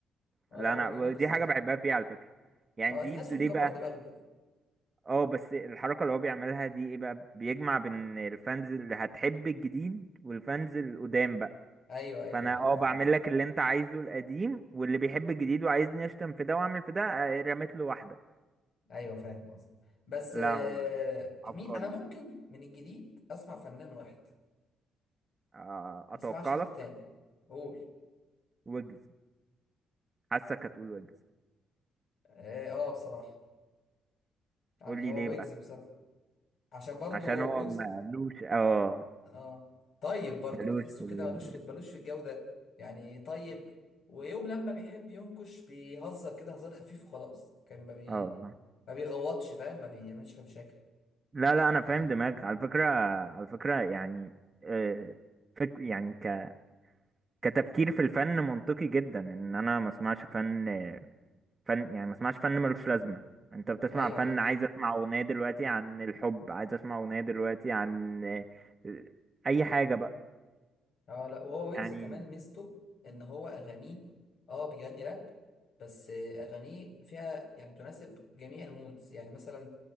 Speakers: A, on the left; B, on the right.
A: اه
B: لا
A: لا هو
B: انا
A: جميل بصراحه
B: دي حاجة بحبها فيه على فكرة يعني
A: اه
B: دي
A: تحسه
B: ب- ليه
A: مكبر
B: بقى
A: دماغه كده
B: اه بس الحركة اللي هو بيعملها دي ايه بقى بيجمع بين الفانز اللي هتحب الجديد والفانز القدام بقى
A: ايوه ايوه
B: فانا
A: اه
B: اه
A: فاهم
B: بعمل
A: قصدي
B: لك اللي انت عايزه القديم واللي بيحب الجديد وعايزني اشتم في ده واعمل في ده آه، رميت له واحدة
A: ايوه فاهم قصدي بس
B: لا
A: آه،
B: هو عبقري
A: مين انا ممكن
B: بصراحة
A: من الجديد اسمع فنان واحد
B: آه،
A: ما
B: اتوقع
A: اسمعش حد
B: لك
A: تاني قول
B: ويجز حاسك هتقول ويجز
A: اه آه، بصراحه يعني
B: قول لي
A: هو
B: ليه
A: ويجز
B: بقى
A: بصراحه عشان برضو
B: عشان هو
A: ويجز
B: مالوش اه
A: اه طيب برضو
B: مالوش
A: تحسه
B: في
A: كده
B: ال-
A: ملوش في ملوش في الجودة يعني طيب ويوم لما بيحب ينكش بيهزر كده هزار خفيف وخلاص كان ما بي...
B: اه والله.
A: ما بيغوطش فاهم ما بيعملش مشاكل
B: لا لا انا
A: ف...
B: فاهم دماغك على فكره على فكره يعني آه، فك يعني ك كتفكير في الفن منطقي جدا ان انا ما اسمعش فن فن يعني ما اسمعش فن ملوش لازمه انت بتسمع
A: ايوه
B: فن
A: فاهم
B: عايز اسمع اغنيه دلوقتي عن الحب عايز اسمع اغنيه دلوقتي عن آه، اي حاجه بقى
A: اه لا وهو ويجز
B: يعني
A: كمان ميزته ان هو اغانيه اه بيغني راب بس آه، اغانيه فيها يعني تناسب جميع المودز يعني مثلا